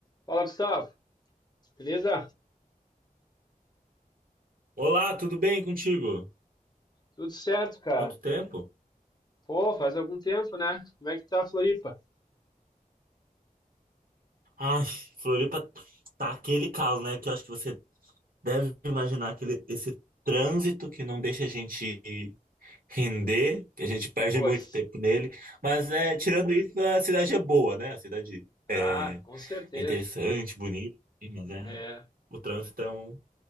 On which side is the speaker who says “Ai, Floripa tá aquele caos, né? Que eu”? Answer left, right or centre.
Right